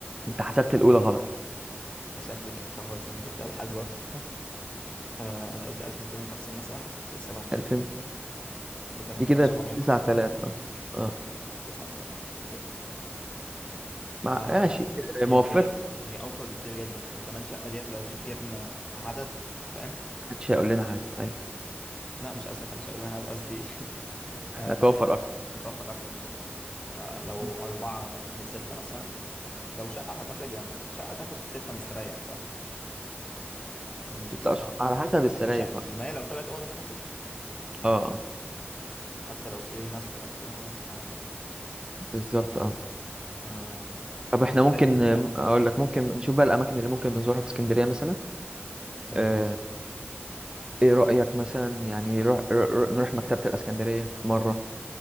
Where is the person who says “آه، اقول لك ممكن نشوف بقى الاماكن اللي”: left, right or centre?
Right